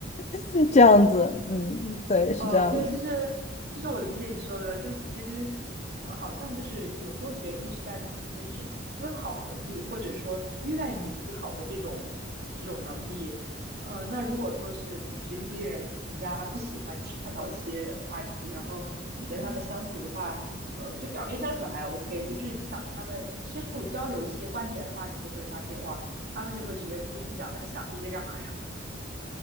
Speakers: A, on the left (about 35°); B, on the right (about 55°).
A: <laughs> 这样子，嗯，对，是这样的。
B: 呃，对，就是就是我理解你说的，就其实呃好像就是有时候学历是代表人的一种思考能力，或者说愿意思考的这种这种能力。呃，那如果说是可能学历低的人，人家不喜欢就是探讨一些话题，然后你跟他们相处的话，呃，就表面相处还 OK，就是你想跟他们深入交流一些观点的话，你就会发现哇，他们就会直接跟你讲，那想这些干嘛呀？